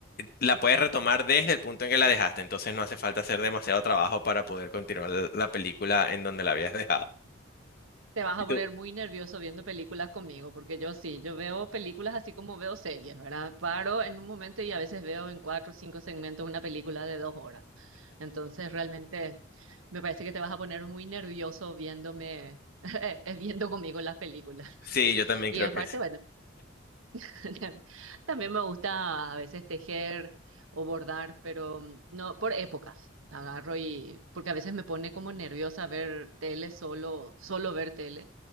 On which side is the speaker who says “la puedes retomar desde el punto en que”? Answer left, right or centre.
Left